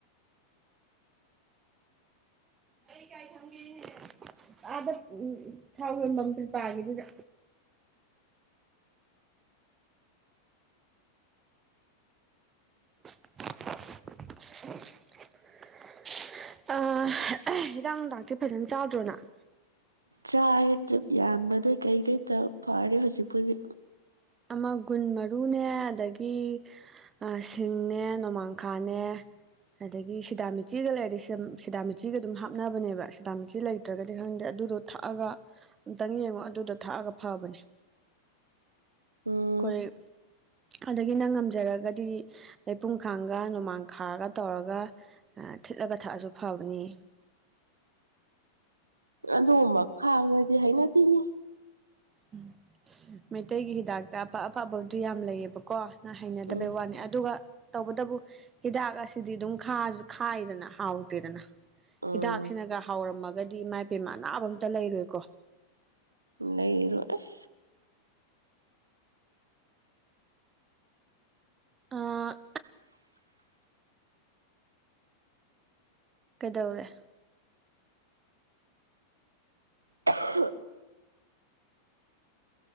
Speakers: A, on the right; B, on the right.
A: <unintelligible> ꯊꯝꯒꯦꯅꯦꯍꯦ ꯑꯥꯗ ꯎ ꯊꯥꯎ ꯌꯣꯟꯕꯝ ꯀ꯭ꯔꯤꯄꯥꯒꯤꯗꯨꯗ <unintelligible> ꯑ <unintelligible> ꯍꯤꯗꯥꯛ ꯅꯨꯡꯗꯥꯛꯇꯤ ꯐꯖꯅ ꯆꯥꯗ꯭ꯔꯣ ꯅꯪ
B: ꯆꯥꯏ ꯗ꯭ꯔꯤꯞ ꯌꯥꯟꯕꯗꯩ ꯀꯩꯀꯩ ꯇꯧ ꯐꯔꯦ ꯍꯧꯖꯤꯛꯄꯨꯗꯤ
A: ꯑꯃ ꯒꯨꯟ ꯃꯔꯨꯅꯦ ꯑꯗꯒꯤ ꯑ ꯁꯤꯡꯅꯦ ꯅꯣꯃꯥꯡꯈꯥꯅꯦ ꯑꯗꯒꯤ ꯁꯤꯗꯥꯃꯤꯆꯤꯒ ꯂꯩꯔꯗꯤ ꯁꯤꯗꯥꯃꯤꯆꯤꯒ ꯑꯗꯨꯝ ꯍꯥꯞꯅꯕꯅꯦꯕ ꯁꯤꯗꯥꯃꯤꯆꯤ ꯂꯩꯇ꯭ꯔꯒꯗꯤ ꯈꯪꯗꯦ ꯑꯗꯨꯗꯣ ꯊꯛꯑꯒ ꯑꯝꯇꯪ ꯌꯦꯡꯉꯣ ꯑꯗꯨꯗꯣ ꯊꯛꯑꯒ ꯐꯕꯅꯦ
B: ꯎꯝ
A: ꯑꯈꫭꯏ ꯑꯗꯒꯤ ꯅꯪ ꯉꯝꯖꯔꯒꯗꯤ ꯂꯩꯄꯨꯡꯈꯥꯡꯒ ꯅꯣꯃꯥꯡꯈꯥꯒ ꯇꯧꯔꯒ ꯑ ꯊꯤꯠꯂꯒ ꯊꯛꯑꯖꯨ ꯐꯕꯅꯦ
B: ꯑꯗꯨꯒꯨꯝꯕ ꯈꯥꯕꯗꯨꯗꯤ ꯍꯩꯅꯗꯦꯅꯦ
A: ꯎꯝ ꯃꯩꯇꯩꯒꯤ ꯍꯤꯗꯥꯛꯇ ꯑꯐ ꯑꯐꯕ <unintelligible> ꯌꯥꯝ ꯂꯩꯌꯦꯕ ꯀꯣ ꯅꯪ ꯍꯩꯅꯗꯕꯩ
B: ꯎꯝ
A: ꯋꯥꯅꯤ ꯑꯗꯨꯒ ꯇꯧꯕꯇꯕꯨ ꯍꯤꯗꯥꯛ ꯑꯁꯤꯗꯤ ꯑꯗꯨꯝ ꯈꯥꯁꯨ ꯈꯥꯏꯗꯅ ꯍꯥꯎꯇꯦꯗꯅ
B: ꯎꯝ
A: ꯍꯤꯗꯥꯛꯁꯤꯅꯒ ꯍꯥꯎꯔꯝꯃꯒꯗꯤ ꯏꯃꯥꯏ ꯄꯦꯝꯃ ꯑꯅꯥꯕ ꯑꯝꯇ ꯂꯩꯔꯣꯏꯀꯣ
B: ꯂꯩꯔꯣꯏ
A: ꯑ ꯀꯩꯗꯧꯔꯦ
B: <unintelligible>